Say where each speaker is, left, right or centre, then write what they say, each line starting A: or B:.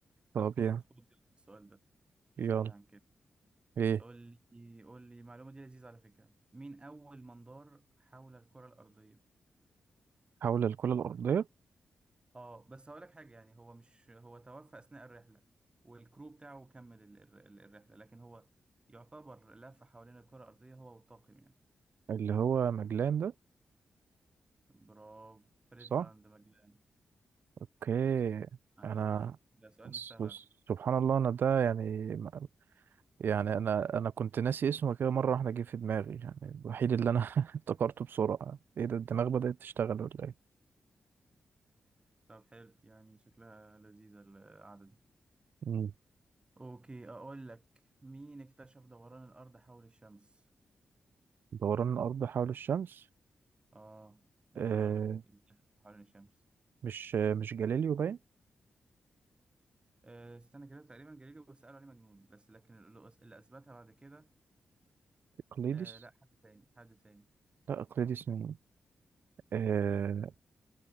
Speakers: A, on the right; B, on the right.
A: طب
B: طب خد
A: يا
B: خد السؤال ده سريعا
A: يلا
B: كده
A: ايه
B: قول لي قول لي المعلومة دي لذيذة على فكرة مين اول من دار حول الكرة الأرضية
A: حول الكره الارضيه
B: اه بس هقول لك حاجة يعني هو مش هو توفى أثناء الرحلة والكرو بتاعه كمل ال- ال- ال- الرحلة لكن هو يعتبر لف حوالين الكرة الأرضية هو والطاقم يعني
A: اللي هو مجلان ده
B: برافو فريد
A: صح
B: راند ماجلان.
A: اوكي
B: عايش
A: انا
B: لا سؤال
A: س-
B: مش سهل على فكرة
A: سبحان الله انا ده يعني يعني انا انا كنت ناسي اسمه كده مره واحده جه في دماغي يعني الوحيد اللي انا <laughs> افتكرته بسرعه ايه ده الدماغ بدات تشتغل ولا ايه
B: طب حلو يعني شكلها لذيذة القعدة دي
A: مم.
B: اوكي اقول لك مين اكتشف دوران الارض حول الشمس
A: دوران الارض حول الشمس
B: اه ان
A: آه
B: الارض هي اللي بتلف حوالين الشمس
A: مش مش جاليليو باين
B: آه استنى كده تقريبا جاليليو بس قالوا عليه مجنون بس لكن اللي أس- اللي اثبتها بعد كده
A: اقليدس
B: آه لا حد تاني حد تاني
A: لا اقليدس مين آه،
B: ايه